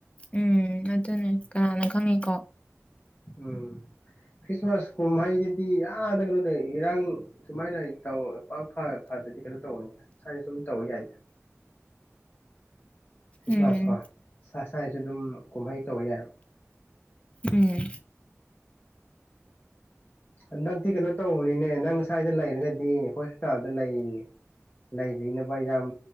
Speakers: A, on the left; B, on the left.
A: ꯎꯝ ꯑꯗꯨꯅꯦ ꯀꯅꯥꯅ ꯈꯪꯉꯤꯀꯣ
B: ꯎꯝ ꯈ꯭ꯔꯤꯁꯃꯥꯁ ꯀꯨꯝꯍꯩꯗꯗꯤ ꯌꯥꯗ ꯀꯩꯅꯣꯗ ꯏꯔꯥꯡ ꯁꯨꯃꯥꯏꯅꯧ ꯄꯥꯛ ꯐꯗꯗꯤ ꯀꯩꯅꯣ ꯇꯧꯕꯅꯤꯅ ꯁꯨꯃꯥꯏꯅ ꯁꯨꯝ ꯇꯧ ꯌꯥꯏꯗ ꯈ꯭ꯔꯤꯁꯃꯥꯁ
A: ꯎꯝ
B: ꯀ ꯆꯥꯏ ꯁ꯭ꯋꯥꯏꯁꯨ ꯑꯗꯨꯝ ꯀꯨꯝꯍꯩ ꯇꯧ ꯌꯥꯏꯕ
A: ꯎꯝ
B: ꯍꯟꯗꯛꯇꯤ ꯀꯩꯅꯣ ꯇꯧꯕꯅꯤꯅꯦ ꯅꯪ ꯁ꯭ꯋꯥꯏꯗ ꯂꯩꯔꯒꯗꯤ ꯍꯣꯁꯄꯤꯇꯥꯜꯗ ꯂꯩ ꯂꯩꯕꯤꯅꯕ ꯌꯥꯝ